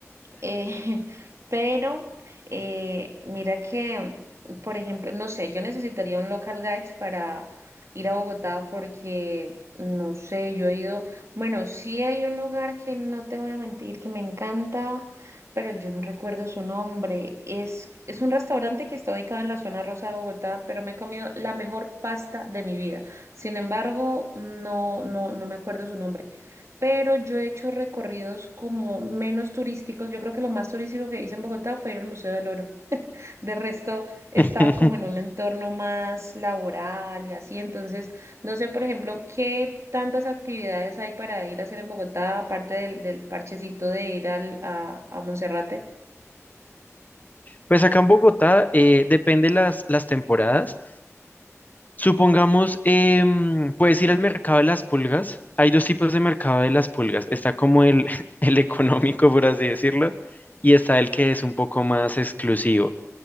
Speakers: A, on the right (about 65°); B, on the left (about 35°).
A: Eh, <laughs> pero eh, mira que, por ejemplo, no sé, yo necesitaría un local guides para ir a Bogotá porque, no sé, yo he ido, bueno, sí hay un lugar que no te voy a mentir, que me encanta, pero yo no recuerdo su nombre. Es, es un restaurante que está ubicado en la zona rosa de Bogotá, pero me he comido la mejor pasta de mi vida. Sin embargo, no, no, no me acuerdo su nombre pero yo he hecho recorridos como menos turísticos. Yo creo que lo más turístico que hice en Bogotá fue ir al Museo del Oro. De resto, he
B: <laughs>
A: estado como en un entorno más laboral y así. Entonces, no sé, por ejemplo, qué tantas actividades hay para ir a hacer en Bogotá, aparte del, del parchecito de ir al, a, a Monserrate.
B: Pues acá en Bogotá eh, depende las, las temporadas. Supongamos, em, puedes ir al mercado de las pulgas. Hay dos tipos de mercado de las pulgas. Está como el, <laughs> el económico, por así decirlo, y está el que es un poco más exclusivo.